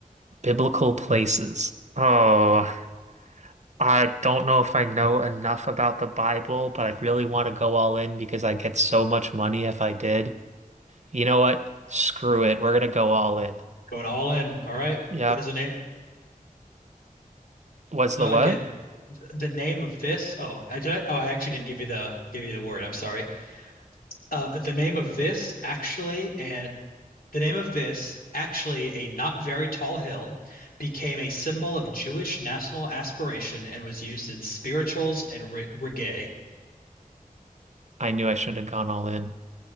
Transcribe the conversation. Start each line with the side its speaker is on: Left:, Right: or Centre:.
Right: Biblical places. Oh, I don't know if I know enough about the Bible, but I really want to go all in because I'd get so much money if I did. You know what? Screw it. We're going to go all in.
Left: Going all in. All right.
Right: Yep.
Left: What is the name?
Right: What's
Left: So
Right: the what?
Left: again, th- the name of this. Oh, I did I. Oh, I actually didn't give you the give you the word. I'm sorry. Um, the name of this actually and The name of this, actually a not very tall hill, became a symbol of Jewish national aspiration and was used in spirituals and re reggae.
Right: I knew I shouldn't have gone all in.